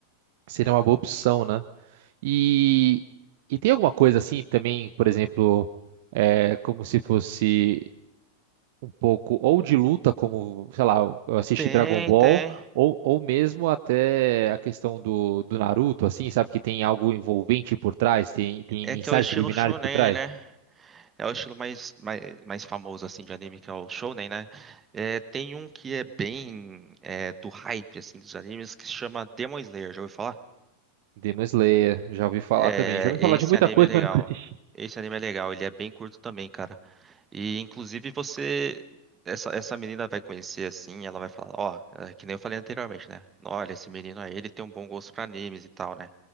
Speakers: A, on the right; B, on the right.
A: seria uma boa opção, né? E, e tem alguma coisa assim também, por exemplo, é, como se fosse. um pouco ou de luta, como, sei lá, eu assisti
B: Tem,
A: Dragon Ball,
B: tem.
A: ou, ou mesmo até a questão do, do Naruto, assim, sabe, que tem algo envolvente por trás, tem, tem
B: É
A: mensagens
B: que é o estilo
A: subliminares
B: shonen,
A: por trás.
B: né? É o estilo mais, mais, mais famoso, assim, de anime, que é o shonen, né? É, tem um que é bem é, do hype, assim, dos animes, que se chama Demon Slayer. Já ouviu falar?
A: Demon Slayer, já ouvi falar
B: É,
A: também. Já ouvi
B: esse
A: falar de muita
B: anime
A: coisa,
B: é legal.
A: mas nunca assisti.
B: Esse anime é legal, ele é bem curto também, cara. E inclusive você. Essa, essa menina vai conhecer assim, ela vai falar, ó, é, que nem eu falei anteriormente, né? Olha, esse menino aí, ele tem um bom gosto pra animes e tal, né?